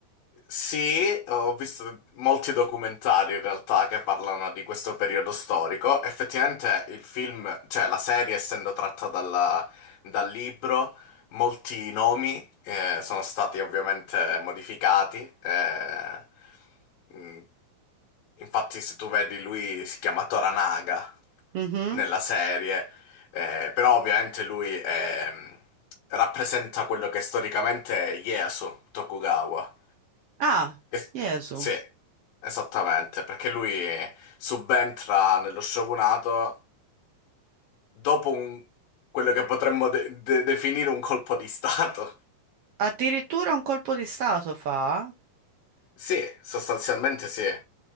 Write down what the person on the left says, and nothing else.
Sì, ho visto molti documentari in realtà che parlano di questo periodo storico. Effettivamente il film, cioè la serie essendo tratta dalla- dal libro, molti nomi eh, sono stati ovviamente modificati. eh, mh, infatti se tu vedi lui si chiama Toranaga
nella serie, eh, però ovviamente lui ehm, rappresenta quello che storicamente è Ieyasu Tokugawa.
Es-
sì, esattamente, perché lui subentra nello shogunato dopo un- quello che potremmo de- de- definire un colpo di stato.
Sì, sostanzialmente sì,